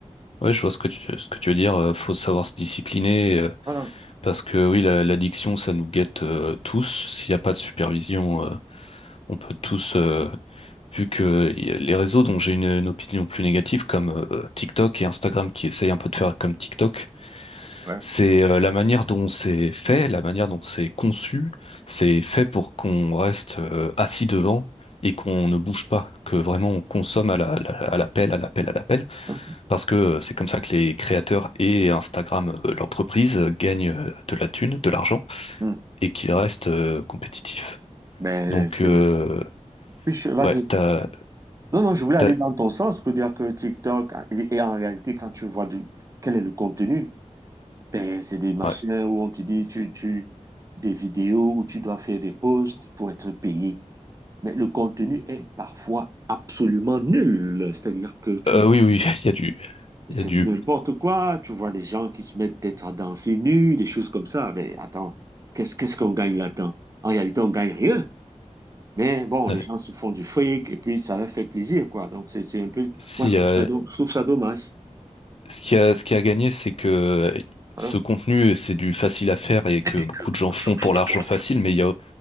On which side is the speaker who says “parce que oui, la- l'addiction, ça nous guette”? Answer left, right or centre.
Left